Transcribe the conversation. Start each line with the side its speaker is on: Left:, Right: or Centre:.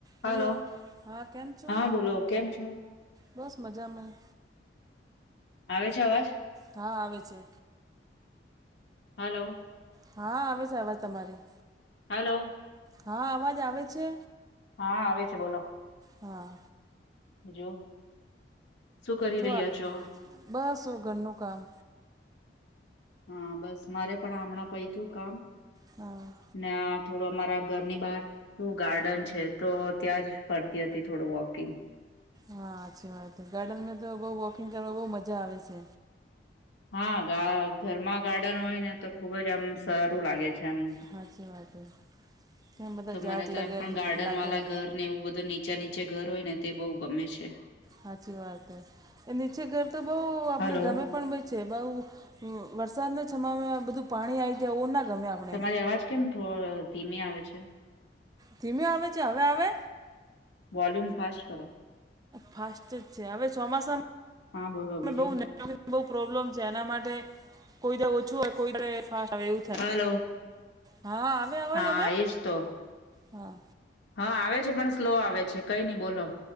Left: hello
Right: Hello હા કેમ છો
Left: હા બોલો કેમ છો?
Right: બસ મજા મા.
Left: આવે છે અવાજ
Right: હા આવેે છે.
Left: હલો.
Right: હા આવે છે આવાજ તમારી
Left: હલો.
Right: હા અવાજ આવે છે.
Left: હા આવે છે બોલો.
Right: હા.
Left: જો શું કરી
Right: જો
Left: રહ્યા છો?
Right: બસ હું ઘરનું કામ
Left: હા બસ મારે પણ હમણાં પૈતું કામ
Right: હા.
Left: ના થોડું અમારા ઘરની બહાર શું ગાર્ડન છે તો ત્યાં જ ફરતી હતી થોડું વોકિંગ
Right: હા હાછી વાત હૈ ગાર્ડનમાં તો બઉ વોકિંગ કરવા બહુ મજા આવે છે.
Left: હા ગા ઘરમાં ગાર્ડન હોય ને તો ખુબ જ આમ સારું લાગે. છેમ
Right: સાચી વાત કેમ બધા
Left: તો
Right: ઝાડ
Left: મને તો
Right: લગેલ
Left: એમ પણ ગાર્ડન
Right: લાગેલ
Left: વાળા ઘર ને એવું બધું નીચા નીચે ઘર હોય ને તે બહુ ગમે છે.
Right: હાચી વાત એ નીચે ઘર તો બઉ આપણે
Left: હલો
Right: ગમે પણ બે છે બહુ વ વરસાદના સમયમાં બધું પાણી આવી જાય ઓ ના ગમે. આપણે
Left: તમારી અવાજ કેમ થો ધીમી આવે છે.
Right: ધીમે આવે છે હવે આવે.
Left: વોલ્યુમ ફાસ્ટ કરો.
Right: ફાસ્ટ જ છે હવે ચોમાસામાં
Left: હા બોલો બીજું
Right: બહુ બહુ પ્રોબ્લેમ છે એના માટે કોઈ ઓછું હોય કોઈ ફાસ્ટ આવે એવું થાય.
Left: હલો
Right: હા આવે અવાજ
Left: હા
Right: અમે
Left: એજ તો
Right: હા
Left: હા આવે છે, પણ સ્લો આવે છે કઈ નઈ બોલો.